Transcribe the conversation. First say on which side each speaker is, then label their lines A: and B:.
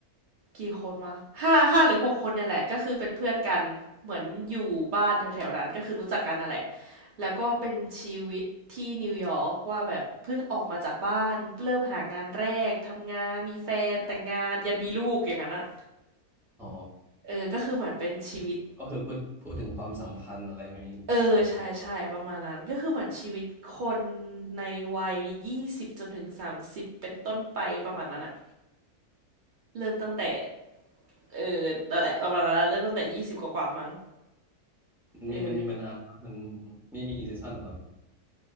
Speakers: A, on the right; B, in the centre.
A: กี่คนวะห้าห้าหรือหกคนเนี่ยแหละก็คือเป็นเพื่อนกันเหมือนอยู่บ้านแถวๆนั้นก็คือรู้จักกันนั่นแหละแล้วก็เป็นชีวิตที่นิวยอร์กว่าแบบเพิ่งออกมาจากบ้านเริ่มหางานแรกทำงานมีแฟนแต่งงานยันมีลูกอย่างนั้นอะ
B: อ๋อ
A: เออก็คือเหมือนเป็นชีวิต
B: ก็คือพูดพูดถึงความสัมพันธ์อะไรไม่มีอะไรอย่างงี้
A: เออใช่ใช่ประมาณนั้น ก็คือเหมือนชีวิตคนในวัยยี่สิบจนถึงสามสิบเป็นต้นไปประมาณนั้นอะเริ่มตั้งแต่เออนั่นแหละประมาณนั้นอะเริ่มตั้งแต่ยี่สิบกว่าๆมั้ง
B: มันมีมันมีมานานปะมัน
A: เออ
B: มีมีกี่ซีซั่นเหรอตอนนี้